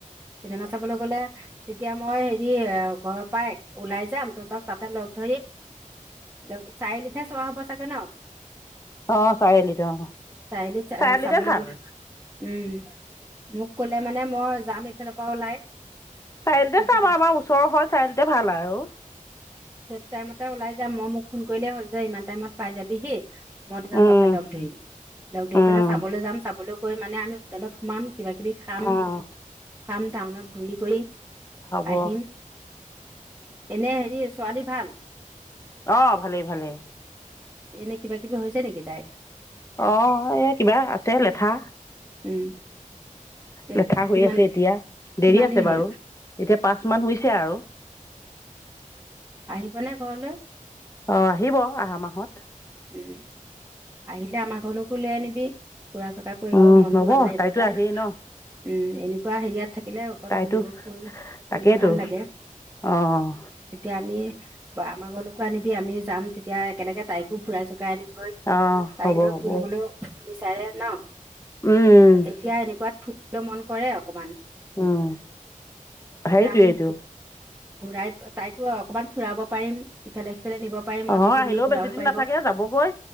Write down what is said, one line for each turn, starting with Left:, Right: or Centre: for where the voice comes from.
Right: চিনেমা চাবলৈ গলে, - তেতিয়া মই হেৰি ঘৰৰ পাই, - ওলাই যাম, তহন্তক তাতে লগ ধৰিম। লেওঁ চাৰিয়ালিত হে চুৱা হব চাগে ন-
Left: অ', চাৰিআলিটো অ',
Right: চাৰিআলিত চা-
Left: চাৰিআলিতে
Right: চাবলৈ
Left: ভাল।
Right: গ'ল উম', মোক ক'লে মানে মই যাম এইফালৰ পৰা ওলাই।
Left: চাৰিআলিতে
Right: সেইটো
Left: চাম
Right: টাই
Left: আৰু আমাৰ ওচৰ হল চাৰিআলিতে ভাল আৰু। অহ,
Right: সেইটো টাইমতে ওলাই যাম মই মোক ফোন কৰিলেই হ'ল - যে, ইমান টাইমত পাই যাবিহি, মই তাৰপিছত
Left: উম
Right: তাতে লগ ধৰিম, লগ ধৰি
Left: উম
Right: পেলাই চাবলৈ যাম ।চাবলৈ গৈ, গৈ মানে আমি হোটেলত সোমাম। কিবা-কিবি খাম।
Left: উম
Right: খাম টাউনত ঘূৰি-কৰি
Left: হ'ব
Right: আহিম এনে হেৰি, ছোৱালী ভাল।
Left: অ', ভালেই-ভালেই।
Right: এনে কিবা- কিবি হৈছে নেকি তাইৰ?
Left: অ এই কিবা আছে লেঠা
Right: উম তে
Left: লেঠা হৈ
Right: কিমান
Left: আছে এতিয়া
Right: কিমান
Left: দেৰি আছে
Right: দিন হ'ল
Left: বাৰু এতিয়া পাঁচ মান হৈছে আৰু
Right: আহিব নে ঘৰলৈ
Left: অ আহিব আহা মাহত
Right: উম আহিলে আমাৰ ঘৰকো লৈ আনিবি ফুৰা চকা কৰিব
Left: উম
Right: মনো
Left: হ'ব
Right: ভাল লাগিব
Left: তাইতো
Right: তাই
Left: আহেই ন
Right: উম এনেকুৱা হেৰিয়াত থাকিলে অকণ
Left: তাইতো
Right: ঘূৰিব ফু
Left: তাকেইতো
Right: ফুৰিলে ভাল লাগে
Left: অঁ
Right: তেতিয়া আমি বা আমাৰ ঘৰলৈকো আনিবি আমি যাম এতিয়া কেনেকে তাইকো ফুৰাই চকাই আনিমগৈ
Left: অঁ
Right: চাৰি
Left: হ'ব
Right: ধৰক
Left: হ'ব
Right: ফুৰিবলৈও বিচাৰে ন
Left: উম
Right: এতিয়া এনেকুৱাত ল মন কৰে অকমান
Left: উম
Right: তেতিয়া
Left: সেইটোইটো
Right: আমি ঘূৰাই তাইকো অকমান ফুৰাব পাৰিম ইফালে পেলে নিব পাৰি
Left: অঁ
Right: মন্দিৰ চন্দিৰ
Left: আহিলেও
Right: ঘূৰাব
Left: বেছিদিন
Right: পাৰিব
Left: নাথাকে যাবগৈ